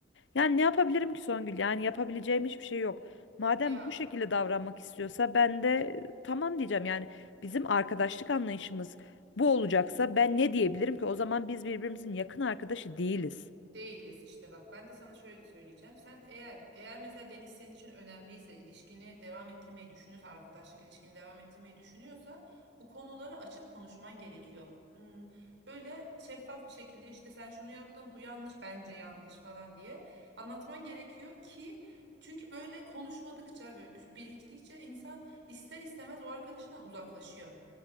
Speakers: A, on the left; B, on the right.
A: Yani ne yapabilirim ki Songül? Yani yapabileceğim hiçbir şey yok. Madem
B: Ya
A: bu şekilde davranmak istiyorsa ben de e, tamam diyeceğim. Yani bizim arkadaşlık anlayışımız bu olacaksa ben ne diyebilirim ki? O zaman biz birbirimizin yakın arkadaşı değiliz.
B: Değiliz işte bak ben de sana şöyle söyleyeceğim. Sen eğer eğer mesela Deniz senin için önemliyse ilişkini devam ettirmeyi düşünüyorsa arkadaşlık ilişkini devam ettirmeyi düşünüyorsa bu konuları açık konuşman gerekiyor. Hmm, Böyle şeffaf bir şekilde işte sen şunu yaptın bu yanlış bence yanlış falan diye anlatman gerekiyor ki çünkü böyle konuşmadıkça böyle üf- biriktikçe insan ister istemez o arkadaşından uzaklaşıyor.